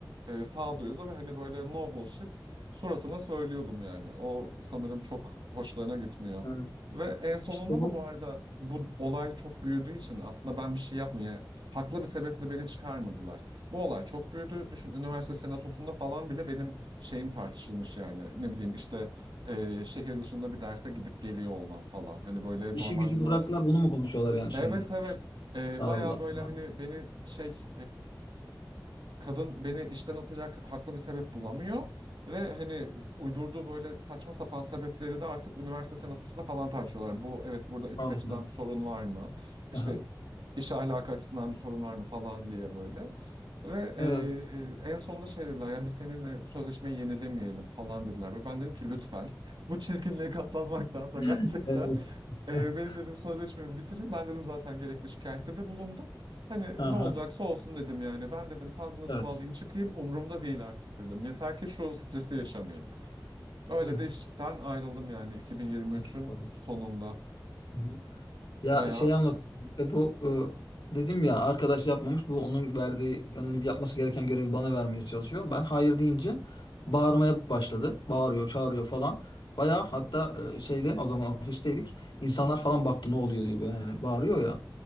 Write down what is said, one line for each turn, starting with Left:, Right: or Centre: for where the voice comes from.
Right: e, sağduyulu ve hani böyle no bullshit suratına söylüyordum yani. O sanırım çok hoşlarına gitmiyor.
Left: Evet.
Right: Ve en sonunda
Left: İşte bu
Right: da bu arada bu olay çok büyüdüğü için aslında ben bir şey yapmıyorum. Yani haklı bir sebeple beni çıkarmadılar. Bu olay çok büyüdü. Düşün üniversite senatosunda falan bile benim şeyim tartışılmış yani. Ne bileyim işte e, şehir dışında bir derse gidip geliyor olmam falan. Hani böyle
Left: işi
Right: normal
Left: gücü
Right: bir üniversite.
Left: bıraktılar bunu mu konuşuyorlar yani şimdi?
Right: Evet evet. E,
Left: Allah
Right: bayağı böyle
Left: Allah.
Right: hani beni şey Kadın beni işten atacak haklı bir sebep bulamıyor ve hani uydurduğu böyle saçma sapan sebepleri de artık üniversite senatosunda falan tartışıyorlar. Bu evet burada etik
Left: Anladım.
Right: açıdan bir sorun var mı? İşte
Left: Aha.
Right: iş ahlakı açısından bir sorun var mı falan diye böyle. Ve
Left: Evet.
Right: e, en sonunda şey dediler ya biz seninle sözleşmeyi yenilemeyelim falan dediler. Ve ben dedim ki lütfen <laughs> bu çirkinliğe katlanmaktansa
Left: <laughs>
Right: gerçekten
Left: Evet.
Right: e,
Left: <laughs>
Right: benim dedim sözleşmemi bitirin. Ben dedim zaten gerekli şikayette de bulundum. Hani
Left: Aha.
Right: ne olacaksa olsun dedim yani. Ben dedim tazminatımı
Left: Evet.
Right: alayım çıkayım umurumda değil artık dedim. Yeter ki şu stresi yaşamayayım. Öyle
Left: Evet.
Right: de işten ayrıldım yani 2023'ün
Left: Ciddi tamam.
Right: sonunda.
Left: Hı hı. Ya
Right: Bayağı.
Left: şey anlat. İşte bu e, dedim ya arkadaş yapmamış. Bu onun verdiği onun yapması gereken görevi bana vermeye çalışıyor. Ben hayır deyince bağırmaya başladı. Bağırıyor, çağırıyor falan. Bayağı hatta e, şeyde o zaman ofisteydik. İnsanlar falan baktı ne oluyor diye böyle hani bağırıyor ya.